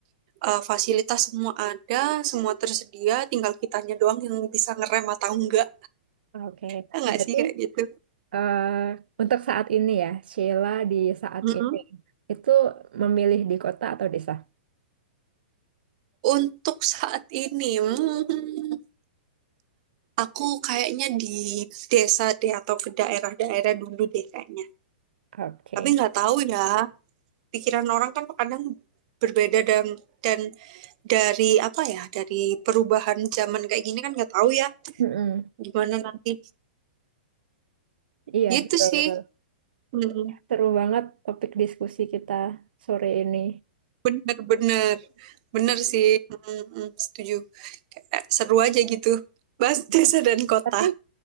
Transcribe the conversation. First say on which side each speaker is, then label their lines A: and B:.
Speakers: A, on the right (about 45°); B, on the right (about 80°).
A: eh, fasilitas semua ada semua tersedia tinggal kitanya doang yang bisa ngerem atau enggak
B: Oke,
A: ya enggak
B: berarti
A: sih kayak gitu
B: eh, untuk saat ini ya Sheila di saat
A: Mm-mm.
B: ini itu memilih di kota atau desa?
A: Untuk saat ini, hmm, aku kayaknya di desa deh atau ke daerah-daerah dulu deh kayaknya.
B: Oke.
A: Tapi nggak tahu ya, pikiran orang kan kadang berbeda dan dan dari apa ya, dari perubahan zaman kayak gini kan nggak tahu ya
B: Heeh.
A: gimana nanti.
B: Iya,
A: Gitu
B: betul,
A: sih.
B: betul.
A: Hmm,
B: Seru banget topik diskusi kita sore ini.
A: bener-bener. Bener sih. Hmm, hmm, setuju. Kayak seru aja gitu. Bahas <laughs>
B: <laughs>
A: desa dan kota.
B: Tapi